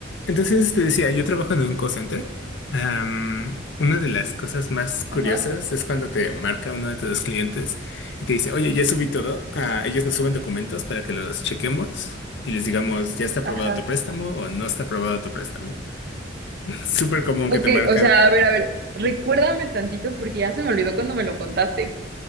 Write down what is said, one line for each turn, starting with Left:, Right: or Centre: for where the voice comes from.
Left: Entonces te decía, yo trabajo en un call center. Am, una de las cosas más curiosas
Right: Ajá,
Left: es cuando te marca uno de tus clientes y te dice, oye, ya subí todo. Ah, ellos nos suben documentos para que los chequemos y les digamos, ya está aprobado
Right: ajá.
Left: tu préstamo o no está aprobado tu préstamo. <laughs> Súper común
Right: Ok,
Left: que te marcan.
Right: o sea, a ver, a ver, recuérdame tantito porque ya se me olvidó cuando me lo contaste.